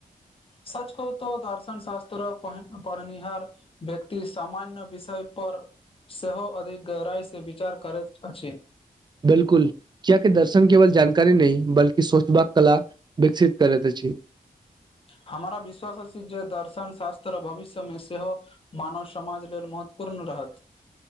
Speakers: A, on the left; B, on the right.
A: सच कहू तऽ दर्शन शास्त्र प पढ़निहार व्यक्ति सामान्य विषय पर सेहो अधिक गहराइस विचार करैत अछि
B: बिलकुल कियाकि दर्शन केवल जानकारी नहि बलकि सोचबाक कला विकसित करैत अछि
A: हमारा विश्वास अछि जे दर्शन शास्त्र भविष्य मे सेहो मानव समाज लेल महत्वपूर्ण रहत